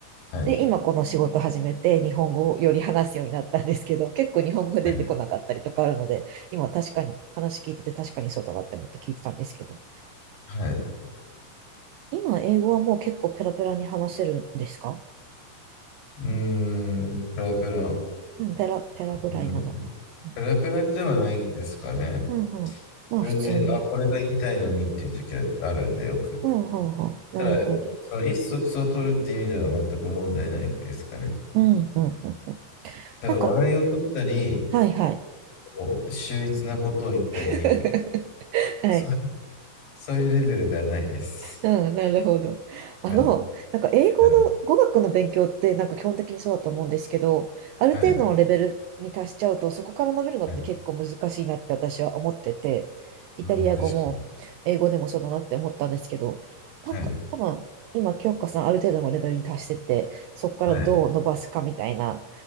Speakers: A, on the left; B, on the right.
A: はい。
B: で、今この仕事始めて日本語をより話すようになったんですけど、結構日本語が出てこなかったりとかあるので、
A: はい。
B: 今確かに話聞いてて確かにそうだなって思って聞いてたんですけど、
A: はい。
B: 今英語はもう結構ペラペラに話せるんですか
A: うーん、ペラペラ。
B: うん、ペラペラぐらいなのか。
A: うん。
B: うん、
A: ペラペラではないですかね。
B: うん、うん。まあ普通に。
A: 自分で、あ、これが言いたいのにっていう時はあるんで、よく。
B: うん、うん、うん。なるほど。
A: ただ、その意思疎通を取るって意味では全く問題ないですかね。
B: うん、うん、うん。うん
A: ただ、
B: なんか、
A: 笑いを取ったり、
B: はい、はい。
A: こう秀逸なことを言ったり、
B: <laughs> はい。
A: そ、そういうレベルではないです。
B: うん、なるほど。あの、
A: はい。
B: なんか英語の語学の勉強ってなんか基本的にそうだと思うんですけど、
A: はい。
B: ある程度のレベルに達しちゃうと、
A: はい。
B: そこから伸びるのって結構難しいなって私は思ってて、
A: はい。
B: イタリア語も英語でもそうだなって思ったんですけど、
A: うん、確かに。はい。
B: なんか多分今、京香さんある程度のレベルに達してて、そこからどう伸ばすかみたいな
A: はい。